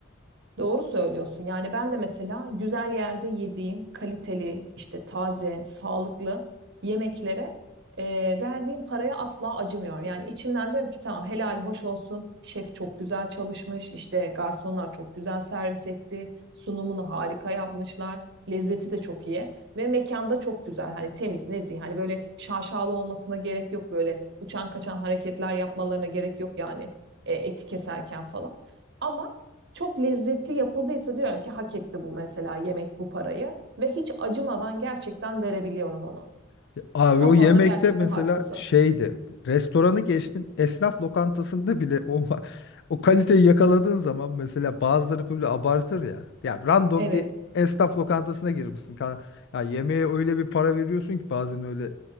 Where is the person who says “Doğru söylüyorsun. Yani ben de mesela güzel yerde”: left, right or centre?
Right